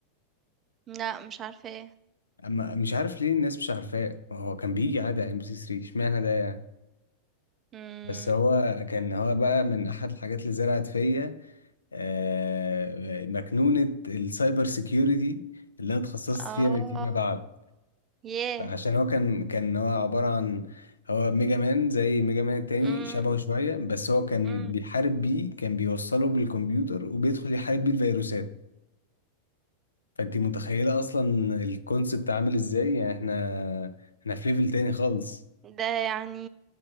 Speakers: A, on the right; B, on the left.
A: <laughs> لأ مش عارفاه.
B: اما مش عارف ليه الناس مش عارفاه هو كان بيجي عادي على ام بي 3 اشمعنى ده يعني؟
A: إمم.
B: بس هو كان هو بقى من احد الحاجات اللي زرعت فيا آه، مكنونة السايبر سيكيورتي اللي انا اتخصصت
A: آه.
B: فيها فيما بعد
A: ياه!
B: عشان هو كان كان هو عبارة عن هو ميجا مان زي ميجا مان التاني
A: إمم.
B: شبهه شوية بس هو كان
A: إمم.
B: بيحارب بيه كان بيوصله بالكمبيوتر وبيدخل يحارب بيه الفيروسات فانت متخيلة اصلا الكونسبت عامل ازاي يعني احنا احنا في ليفل تاني خالص
A: ده يعني